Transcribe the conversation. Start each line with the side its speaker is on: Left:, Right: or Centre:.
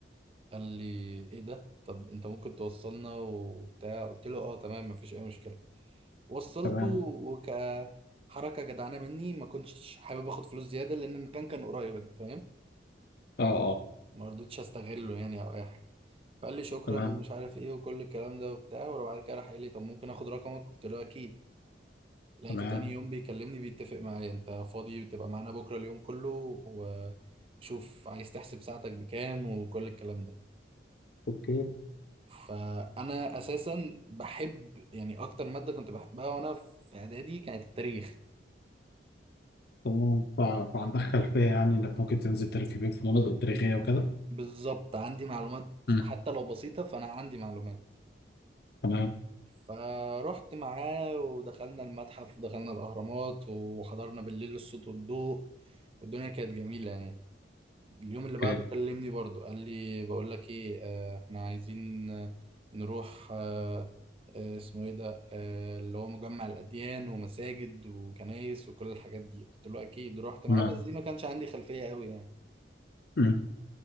Right: قال لي ايه ده طب انت ممكن توصلنا وبتاع قلت له اه تمام مفيش اي مشكلة وصلته
Left: تمام
Right: وكحركه جدعانه مني ما كنتش حابب اخد فلوس زياده لان المكان كان قريب انت فاهم
Left: اه اه
Right: ما رضيتش استغله يعني او اي حاجه فقال لي شكرا
Left: تمام
Right: ومش عارف ايه وكل الكلام ده وبتاع وبعد كده راح قال لي طب ممكن اخد رقمك قلت له اكيد لقيته
Left: تمام
Right: تاني يوم بيكلمني بيتفق معايا انت فاضي بتبقى معانا بكره اليوم كله وشوف عايز تحسب ساعتك بكام وكل الكلام ده
Left: اوكي
Right: فانا اساسا بحب يعني اكتر ماده كنت بحبها وانا في اعدادي كانت التاريخ
Left: تمام فع- فعندك خلفية يعني انك ممكن تنزل تلف بيهم في مناطق تاريخية وكده
Right: بالظبط عندي معلومات
Left: مم.
Right: حتى لو بسيطة فأنا عندي معلومات
Left: تمام
Right: فرحت معاه ودخلنا المتحف ودخلنا الأهرامات وحضرنا بالليل الصوت والضوء والدنيا كانت جميلة يعني اليوم اللي
Left: اوكي
Right: بعده كلمني برضو قال لي بقول لك إيه آه، إحنا عايزين آه، نروح آه، آه، اسمه إيه ده آه، اللي هو مجمع الأديان ومساجد وكنايس وكل الحاجات دي قلت له أكيد رحت
Left: تمام
Right: معاه بس دي ما كانش عندي خلفية قوي يعني
Left: مم.